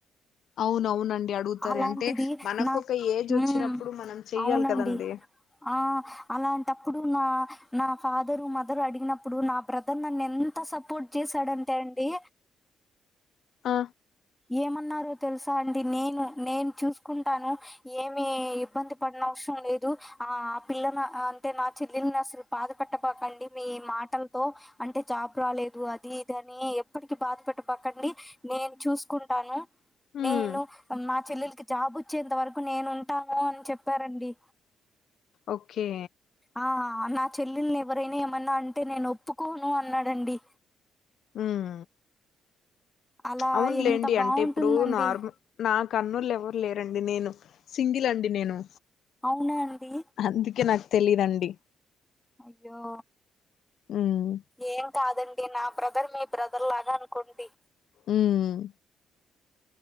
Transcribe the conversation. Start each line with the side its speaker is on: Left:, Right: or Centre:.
Left: అవున అవునండి అడుగుతారు
Centre: అలాంటిది
Left: అంటే మనకు
Centre: నా
Left: ఒక ఏజ్
Centre: మ్మ్
Left: వచ్చినప్పుడు మనం చెయ్యాలి
Centre: అవునండి
Left: కదండి
Centre: ఆ అలాంటప్పుడు నా నా ఫాదరు మదర్ అడిగినప్పుడు నా బ్రదర్ నన్నెంత సపోర్ట్ చేసాడంటే అండి
Left: ఆ
Centre: ఏమన్నారో తెలుసా అండి నేను నేను చూసుకుంటాను ఏమి ఇబ్బంది పడిన అవసరం లేదు ఆ ఆ పిల్లన అంటే నా చెల్లెల్ని అసలు బాధ పెట్టబాకండి మీ మాటల్ తో అంటే జాబ్ రాలేదు అది ఇది అని ఎప్పటికి బాధ పెట్టమాకండి నేను చూ కుంటాను
Left: ఉమ్
Centre: నేను మా చెల్లెలికి జాబ్ వచ్చేంత వరకు నేను ఉంటాను అని చెప్పారండి
Left: ఓకే
Centre: ఆ నా చెల్లెల్ని ఎవరైనా ఏమన్నా అంటే నేను ఒప్పుకోను అన్నాడండి
Left: ఉమ్
Centre: అలా
Left: అవునులేండి
Centre: ఎంత బాగుంటుందండి
Left: అంటే ఇప్పుడు నార్మల్ నాకు అన్నుళ్లు ఎవరు లేరండి నేను సింగిల్ అండి నేను
Centre: అవునాండి
Left: అందుకే నా తెలీదండి
Centre: అయ్యో
Left: ఉమ్
Centre: ఏం కాదండి నా బ్రదర్ మీ బ్రదర్ లాగా అనుకోండి
Left: ఉమ్